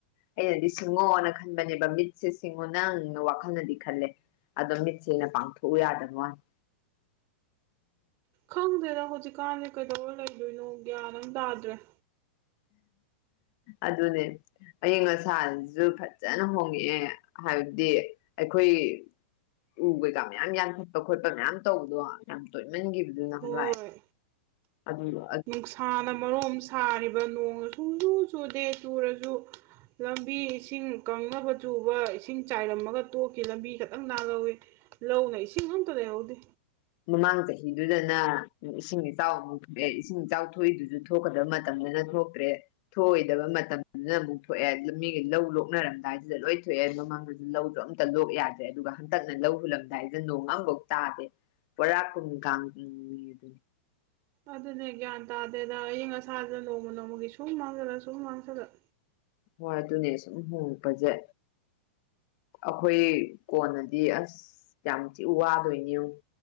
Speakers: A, on the left (about 50°); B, on the right (about 45°).
A: ꯑꯩꯅꯗꯤ ꯁꯤꯡꯉꯣꯅ ꯈꯟꯕꯅꯦꯕ ꯃꯤꯠꯁꯦ ꯁꯤꯡꯉꯣ ꯅꯪ ꯋꯥꯈꯟꯅꯗꯤ ꯈꯟꯂꯦ ꯑꯗꯣ ꯃꯤꯠꯁꯤꯅ ꯄꯥꯡꯊꯣꯛꯎ ꯌꯥꯗꯕꯋꯥꯅꯤ
B: ꯈꯪꯗꯦꯗ ꯍꯧꯖꯤꯛꯀꯥꯟꯁꯦ ꯀꯩꯗꯧꯔ ꯂꯩꯗꯣꯏꯅꯣ ꯒ꯭ꯌꯥꯟ ꯑꯝ ꯇꯥꯗ꯭ꯔꯦ
A: ꯑꯗꯨꯅꯤ ꯑꯏꯤꯡ ꯑꯁꯥꯁꯨ ꯐꯖꯟꯅ ꯍꯣꯡꯉꯛꯑꯦ ꯍꯥꯏꯕꯗꯤ ꯑꯩꯈꯣꯏ ꯎ ꯀꯩꯀꯥ ꯃꯌꯥꯝ ꯌꯥꯟꯊꯠꯄ ꯈꯣꯠꯄ ꯃꯌꯥꯝ ꯇꯧꯕꯗꯣ ꯌꯥꯝ ꯇꯣꯏꯃꯟꯒꯤꯕ ꯑꯗꯨ ꯅꯍꯥꯟꯋꯥꯏ
B: ꯍꯣꯏ
A: ꯑꯗꯨꯒ
B: ꯅꯨꯡꯁꯥꯅ ꯃꯔꯣꯟ ꯑꯃꯥ ꯁꯥꯔꯤꯕ ꯅꯣꯡꯅ ꯁꯨꯡꯆꯨ ꯆꯨꯗꯦ ꯆꯨꯔꯁꯨ ꯂꯝꯕꯤ ꯏꯁꯤꯡ ꯀꯪꯅꯕ ꯆꯨꯕ ꯏꯁꯤꯡ ꯆꯥꯏꯔꯝꯃꯒ ꯇꯣꯛꯈꯤ ꯂꯝꯕꯤ ꯈꯥꯛꯇꯪ ꯅꯥꯜꯍꯧꯋꯤ ꯂꯧꯅ ꯏꯁꯤꯡ ꯑꯝꯇ ꯂꯩꯍꯧꯗꯦ
A: ꯃꯃꯥꯡ ꯆꯍꯤꯗꯨꯗꯅ ꯏꯁꯤꯡ ꯏꯆꯥꯎ ꯑꯃꯨꯛ ꯊꯣꯛꯑꯦ ꯏꯁꯤꯡ ꯏꯆꯥꯎ ꯊꯣꯛꯏꯗꯨꯖꯨ ꯊꯣꯛꯀꯗꯕ ꯃꯇꯝꯗꯅ ꯊꯣꯛꯇ꯭ꯔꯦ ꯊꯣꯛꯑꯣꯏꯗꯕ ꯃꯇꯝꯗꯅ ꯑꯃꯨꯛ ꯊꯣꯛꯑꯦ ꯃꯤꯒ ꯂꯧ ꯂꯣꯛꯅꯔꯝꯗꯥꯏꯁꯤꯗ ꯂꯣꯏ ꯊꯣꯛꯑꯦ ꯃꯃꯥꯡꯗꯁꯨ ꯂꯧꯒꯥ ꯑꯃ ꯂꯣꯛ ꯌꯥꯗ꯭ꯔꯦ ꯑꯗꯨꯒ ꯍꯟꯗꯛꯅ ꯂꯧ ꯍꯨꯜꯂꯝꯗꯥꯏꯁꯤꯗ ꯅꯣꯡ ꯑꯃꯐꯧ ꯇꯥꯗꯦ ꯄꯨꯔꯥ ꯀꯨꯝ ꯀꯥꯡꯒꯤꯃꯤ ꯑꯗꯨꯅꯤ
B: ꯑꯗꯨꯅꯦ ꯒ꯭ꯌꯥꯟ ꯇꯥꯗꯦꯗ ꯑꯏꯪ ꯑꯁꯥꯖꯦ ꯅꯣꯡꯃ ꯅꯣꯡꯃꯒꯤ ꯁꯨꯝ ꯃꯥꯡꯖꯜꯂꯛ ꯁꯨꯝ ꯃꯥꯡꯖꯜꯂꯛ
A: ꯍꯣꯏ ꯑꯗꯨꯅꯦ ꯁꯨꯝ ꯍꯣꯡꯉꯛꯄꯖꯦ ꯑꯩꯈꯣꯏ ꯀꯣꯟꯅꯗꯤ ꯑꯁ ꯌꯥꯝ ꯊꯤ ꯋꯥꯗꯨꯏꯅꯤ ꯌꯦꯡꯉꯨ